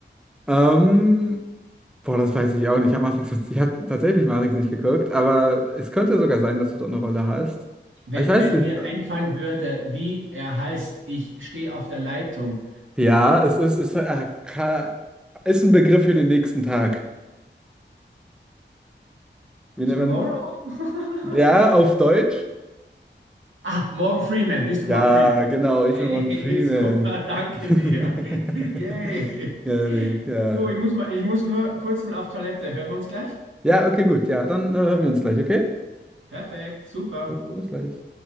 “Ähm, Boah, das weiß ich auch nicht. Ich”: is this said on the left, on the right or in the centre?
Centre